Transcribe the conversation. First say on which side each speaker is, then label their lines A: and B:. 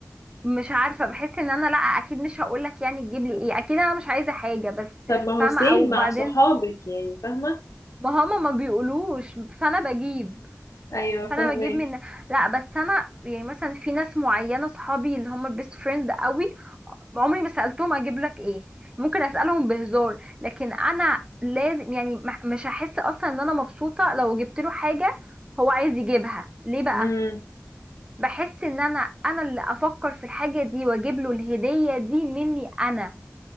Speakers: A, on the right; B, on the left.
A: مش عارفه بحس ان انا لا اكيد مش هقولك يعني تجيب لي ايه اكيد انا مش عايزه حاجه بس
B: <laughs> طب ما هو
A: فاهمه
B: سيم
A: او
B: مع
A: بعدين
B: صحابك يعني فاهمة
A: ما هما ما بيقولوش فانا بجيب
B: ايوه
A: فانا
B: فاهمك
A: بجيب من لا بس انا يعني مثلا في ناس معينه صحابي اللي هما البيست فريند قوي عمري ما سالتهم اجيب لك ايه ممكن اسالهم بهزار لكن انا لازم يعني مح- مش هحس اصلا ان انا مبسوطه لو جبت له حاجه هو عايز يجيبها ليه بقى
B: امم
A: بحس ان انا انا اللي افكر في الحاجه دي واجيب له الهديه دي مني انا